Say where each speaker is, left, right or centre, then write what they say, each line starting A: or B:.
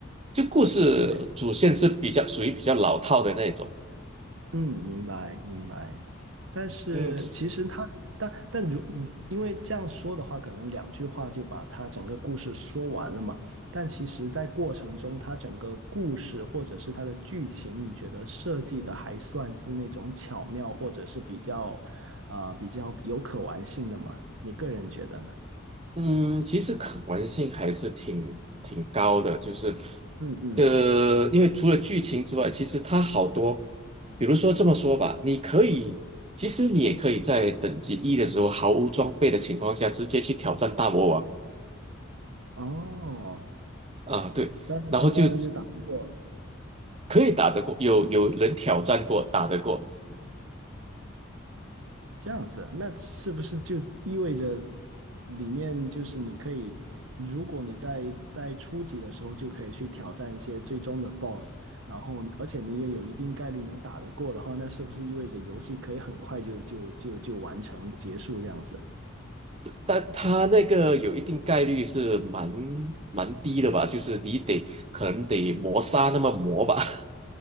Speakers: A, on the right (about 30°); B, on the right (about 70°).
A: 就故事主线是比较属于比较老套的那种，
B: 对，嗯，明白明白。但是其实它，
A: 嗯，
B: 但但如因为这样说的话，可能两句话就把它整个故事说完了嘛。但其实，在过程中，它整个故事或者是它的剧情，你觉得设计的还算是那种巧妙，或者是比较啊、比较有可玩性的嘛？你个人觉得呢？
A: 嗯，其实可玩性还是挺挺高的，就是，
B: 嗯
A: 呃，因为除了剧情之外，其实它好多，比如说这么说吧，你可以，其实你也可以在等级一的时候毫无装备的情况下，直接去挑战大魔王
B: 哦，
A: 啊，对，
B: 但是当当然就打不过，
A: 然后就只可以打得过，有有人挑战过，打得过，
B: 这样子，那是不是就意味着里面就是你可以，如果你在在初级的时候就可以去挑战一些最终的 BOSS，然后而且你也有一定概率能打得过的话，那是不是意味着游戏可以很快就就就就完成结束这样子？
A: 但他那个有一定概率是蛮蛮低的吧，就是你得可能得磨砂那么磨吧。